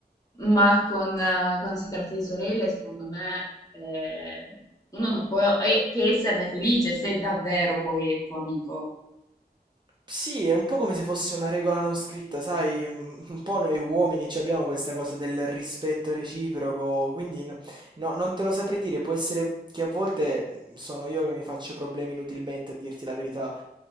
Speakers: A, on the left; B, on the right.
A: ma con, eh, quando si tratta di sorelle, secondo me, eh, uno non può e- che esserne felice se davvero poi è tuo amico.
B: Sì, è un po' come se fosse una regola non scritta, sai, mm, un po' noi uomini ci abbiamo questa cosa del rispetto reciproco, quindi n- no, non te lo saprei dire, può essere che a volte mm, sono io che mi faccio problemi inutilmente a dirti la verità,